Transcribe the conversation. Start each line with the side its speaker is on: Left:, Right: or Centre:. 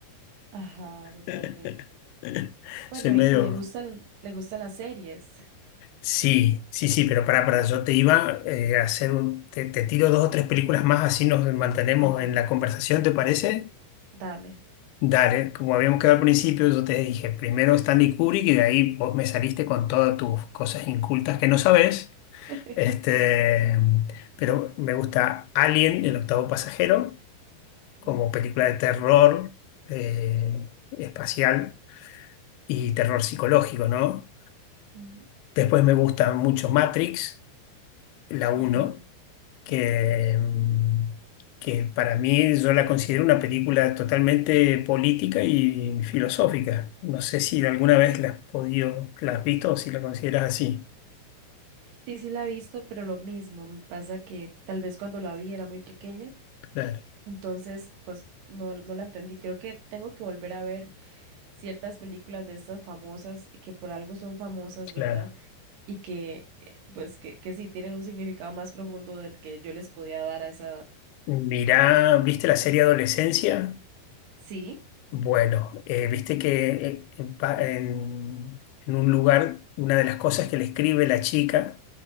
Right: ajá, totalmente.
Left: <laughs>
Right: Bueno,
Left: Soy medio...
Right: y, y le gustan, le gustan las series.
Left: Sí, sí, sí, pero para para yo te iba eh, a hacer un... Te, te tiro dos o tres películas más, así nos mantenemos
Right: Ah, Ok,
Left: en la conversación, ¿te parece?
Right: Dame.
Left: Dale, como habíamos quedado al principio, yo te dije, primero Stanley Kubrick y de ahí vos me saliste con todas tus cosas incultas que no sabés.
Right: <laughs>
Left: Este, pero me gusta Alien, el octavo pasajero. como
Right: Ujú,
Left: película de terror eh, espacial y terror psicológico, ¿no?
Right: ujú.
Left: Después me gusta mucho Matrix, la uno
Right: Ajá.
Left: que, mm, que para mí yo la considero una película totalmente política y filosófica. No sé si alguna vez la has podido, la has visto o si la consideras así.
Right: Sí, sí la he visto, pero lo mismo, me pasa que tal vez cuando la vi era muy pequeña,
Left: Claro,
Right: entonces pues no, no la entendí. Creo que tengo que volver a ver ciertas películas de estas famosas que por algo son famosas, ¿verdad?
Left: claro.
Right: Y que eh, pues que, que sí tienen un significado más profundo del que yo les podía dar a esa edad.
Left: Mirá, ¿viste la serie Adolescencia?
Right: Sí,
Left: Bueno, eh, viste que eh, en, pa- en- en un lugar, una de las cosas que le escribe la chica